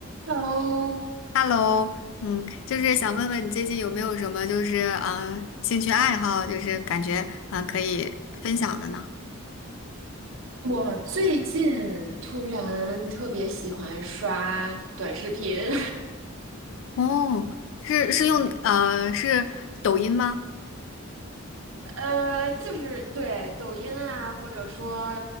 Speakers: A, on the right; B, on the left.
A: Hello，
B: Hello，嗯，就是想问问你最近有没有什么就是呃兴趣爱好，就是感觉啊、呃可以分享的呢？
A: 我最近突然特别喜欢刷短视频，
B: 哦，是是用呃是抖音吗？
A: <laughs> 呃，就是对抖音啊，或者说